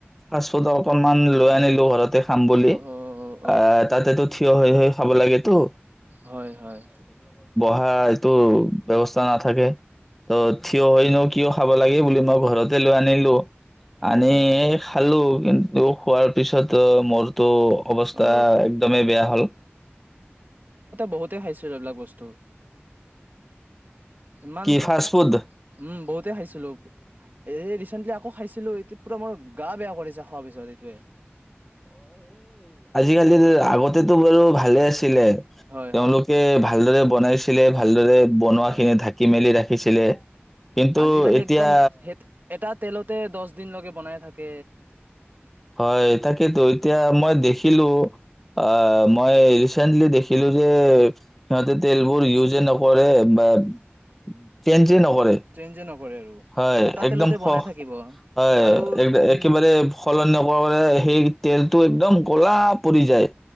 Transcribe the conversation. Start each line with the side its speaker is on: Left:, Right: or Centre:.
Centre: ফাচ ত তো, অকমান লৈ আনিলোঁ ঘৰত এতে কাম বুলি।
Right: অ অ
Centre: এ তাতেতু থিয় হৈ হৈ খাব লাগে তো।
Right: হয়, হয়।
Centre: সেইটো, ব্যৱস্থা নাথাকে। তো থিয় হয় ন', কিয় খাব লাগে বুলি মই ঘৰতে লৈ আনিলোঁ।
Right: হয়
Centre: আনি,
Right: হয়
Centre: এই খা খালো। কিন্তু খোৱাৰ পিছতো মোৰ তো অৱস্থা,
Right: অ
Centre: একদমেই বেয়া হ'ল।
Right: বহুতেই খাইছো, এইবিলাক বস্তু ইমান
Centre: কি
Right: খাই
Centre: ফাষ্ট ফুড?
Right: উম, বহুতে খাইছিলোঁ এই ৰিচেণ্টলি আকৌ খাইছিলোঁ, এ পুৰা মোৰ গা বেয়া কৰিছে, খোৱাৰ পিছত এইটোৱে।
Centre: আজিকালিৰ, আগতেতো বাৰু ভালে আছ ছিলে।
Right: হয়
Centre: তেওঁলোকে
Right: হয়
Centre: ভা ভালদৰে বনাইছিলে, ভালদৰে বনোৱা
Right: হয়।
Centre: খিনি ঢাকি মেলি ৰাখি ৰাখিছিলে। কিন্তু
Right: আজিকালি
Centre: এতিয়া
Right: একদম সেই এটা তেলতে দশ দিনলৈকে বনাই থাকে।
Centre: হয়, তাকেতো, এতিয়া মই দেখিলো অ, মই ৰিচেন্টলি দেখিলো যে সিহঁতে তেলবোৰ ইউজে নকৰে বাত চে ঞ্জে নকৰে।
Right: ট্ৰেইন যে নকৰে আৰু
Centre: হয়,
Right: এটা
Centre: একদম
Right: তেলতে
Centre: ক্ষহ
Right: বনাই থাকিব
Centre: হয়,
Right: আৰু
Centre: এক-একেবাৰে
Right: উম
Centre: স সলনি নকৰাৰ বাবে, সেই তেলটো একদম কলা পৰি যায়।